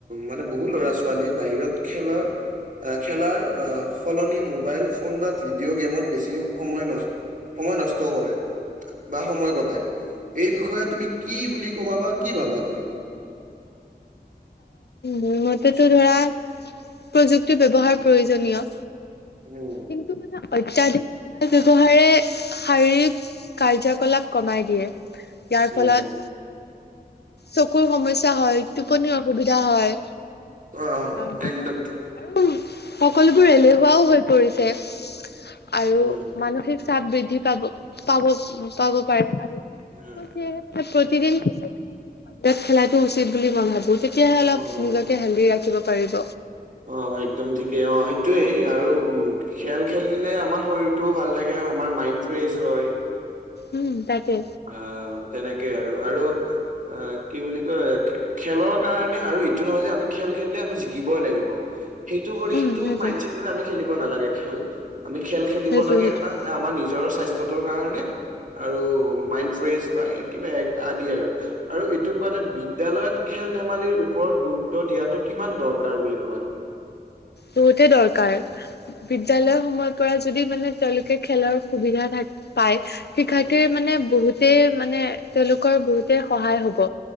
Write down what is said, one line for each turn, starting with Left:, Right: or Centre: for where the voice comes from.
Right: মানে বহু ল'ৰা ছোৱালী বাহিৰত খেলৰ আহ খেলাৰ আহ সলনি মোবাইল ফোন বা ভিডিঅ' গেমত বেছি সময় নষ্ট সময় নষ্ট কৰে বা সময় কটায়। এই বিষয়ে তুমি কি বুলি ক'বা বা কি ভাবা তুমি?
Left: মইটো টো ধৰা প্ৰযুক্তি ব্যৱহাৰ প্ৰয়োজনীয়
Right: উম,
Left: কিন্ত মানে অত্যাধিক <inaudible> ব্যৱহাৰে শাৰীৰিক কাৰ্যকলাপ কমাই দিয়ে। ইয়াৰ
Right: উম,
Left: ফলত,
Right: হুম,
Left: চকুৰ সমস্যা হয় টোপনিৰ অসুবিধা হয়।
Right: অ',
Left: তাৰপিছত
Right: একদম ঠিক,
Left: আৰু সকলোবোৰ এলেহুৱাও হৈ পৰিছে। আৰু
Right: উম,
Left: মানসিক চাপ বৃদ্ধি পাব পাব পাব পাৰে আৰু
Right: উম,
Left: ত সেয়েহে মানে প্ৰতিদিন <unintelligible> বাহিৰত খেলাটো উচিত বুলি মই ভাবো <unintelligible> তেতিয়াহে অলপ
Right: অ',
Left: নিজকে হেলথী ৰাখিব পাৰিব।
Right: অ, একদম ঠিকেই অ সেইটোয়েই আৰু খেল খেলিলে আমাৰ শৰীৰটোও ভাল থাকে আমাৰ মাইণ্ড ফ্ৰেছ হয়।
Left: উম তাকে।
Right: আঁ তেনেকেই আৰু, আৰু আ, কি বুলি কয় খেলৰ কাৰণে আৰু এইটো নহয় যে আমি খেল খেলিলে আমি জিকিবই লাগিব ব, সেইতো কৰি
Left: উম
Right: সেইতো
Left: সেইটোৱে
Right: মাইঞ্চেত লৈ আমি খেলিব নালাগে খেল, আমি খেল খেলিব
Left: সেইটোৱে
Right: লাগে
Left: সেইটোৱে।
Right: এটা যে আমাৰ নিজৰ স্বাস্থ্যটোৰ কাৰণে আৰু মাইণ্ডফ্ৰেছ বা কিবা আদি আৰু। আৰু এইটো কোৱা যে বিদ্যালয়ত খেল ধেমালিৰ ওপৰত গুৰুত্ব দিয়াটো কিমান দৰকাৰ বুলি ভাবা? <unintelligible>
Left: বহুতে দৰকাৰ। বিদ্যালয় সময় পৰা যদি মানে তেওঁলোকে খেলৰ সুবিধা থ পায় শিক্ষাৰ্থীৰ
Right: উম
Left: মানে বহুতেই মানে তেওঁলোকৰ বহুতেই সহায় হ'ব।